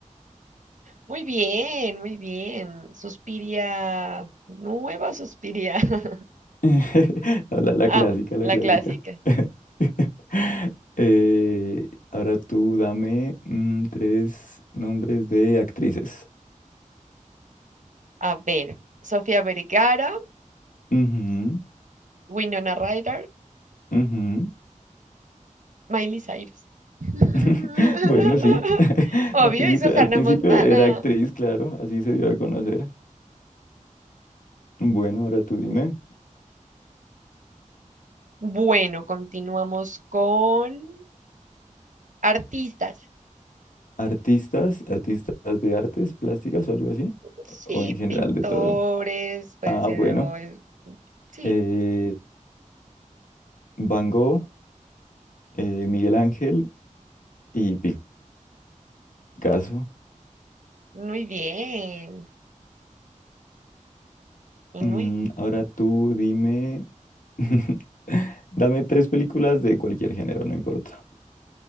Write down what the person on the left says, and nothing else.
<laughs> No, La, la
clásica, la
clásica.
<laughs> Eh, ahora tú dame mm, tres nombres de actrices.
Ujú,
ujú.
<laughs> Bueno, sí. <laughs>
Al principio,
al principio
era actriz, claro, así se dio a conocer. Bueno, ahora tú dime,
artistas, artistas de artes plásticas o algo así,
o en general
de todo.
Ah,
bueno,
eh, Van Gogh, eh, Miguel Ángel y Picasso.
Mm,
ahora tú dime, <laughs> dame tres películas de cualquier género, no importa.